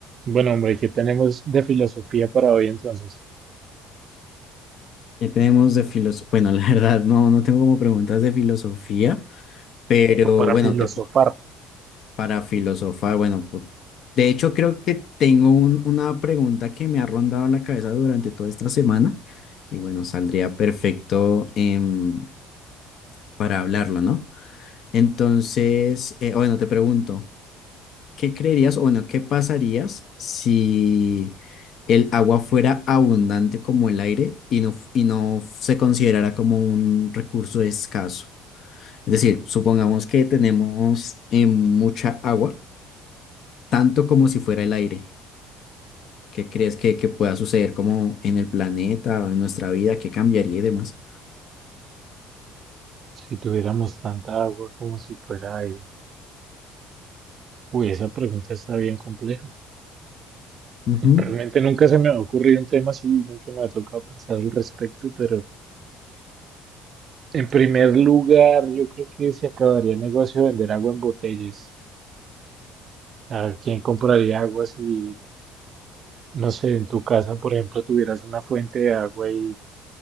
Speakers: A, on the right; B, on the left.
A: Bueno, hombre, ¿qué tenemos de filosofía para hoy entonces?
B: ¿Qué tenemos de filosofía? Bueno, <laughs> la verdad, no, no tengo como preguntas de filosofía, pero
A: O para
B: bueno,
A: filosofar.
B: te, puedo- para filosofar, bueno, pues, de hecho creo que tengo un- una pregunta que me ha rondado la cabeza durante toda esta semana y bueno, saldría perfecto em, para hablarlo, ¿no? Entonces, eh, bueno, te pregunto, ¿Qué creerías, o bueno, qué pasarías si el agua fuera abundante como el aire y no, f- y no se considerara como un recurso escaso? Es decir, supongamos que tenemos eh, mucha agua, tanto como si fuera el aire. ¿Qué crees que, que pueda suceder como en el planeta o en nuestra vida? ¿Qué cambiaría y demás?
A: Si tuviéramos tanta agua como si fuera aire. Uy, esa pregunta está bien compleja.
B: Ujú.
A: <laughs> Realmente nunca se me ha ocurrido un tema así, nunca me ha tocado pensar al respecto, pero en primer lugar, yo creo que se acabaría el negocio de vender agua en botellas. ¿A quién compraría agua si, no sé, en tu casa, por ejemplo, tuvieras una fuente de agua y